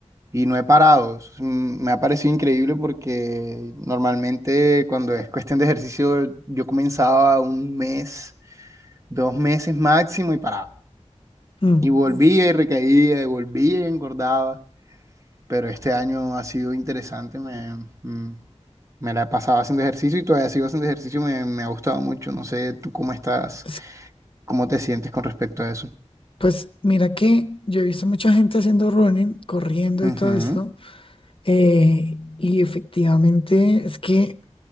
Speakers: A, on the right; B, on the left.
A: y no he parado. Es un- Me ha parecido increíble porque normalmente cuando es cuestión de ejercicio yo comenzaba un mes. dos meses máximo y paraba.
B: mm.
A: Y volvía y recaía, y volvía y engordaba. Pero este año ha sido interesante, me, mm, me la he pasado haciendo ejercicio y todavía sigo haciendo ejercicio, me, me ha gustado mucho. No sé tú cómo estás,
B: Es-
A: cómo te sientes con respecto a eso.
B: Pues mira que yo he visto mucha gente haciendo running, corriendo
A: Ujú,
B: y todo esto. eh, y efectivamente es que